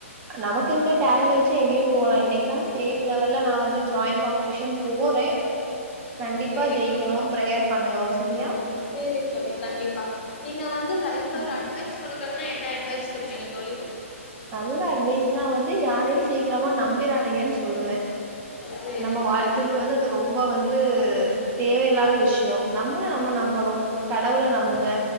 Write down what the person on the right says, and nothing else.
நமக்கு இருக்க டேலண்ட்
வச்சு எங்கயும் போலா இன்னைக்கு தா ஸ்டேட் லெவல்ல நா வந்து டிராயிங் காம்படிஷன் போறேன் கண்டிப்பா
ஜெயிக்கணு பிரேயர் பண்ணுங்கோ சரியா
ம்.
நல்ல அட்வைஸ்னா வந்து யாரையு சீக்கிரமா நம்பிராதீங்கன்னு சொல்லுவே
நம்ம
வாழ்க்கைக்கு
வந்து அது ரொம்ப வந்து தேவையில்லாத விஷயோ நம்மள நம்ம நம்பணு கடவுளை நம்புங்க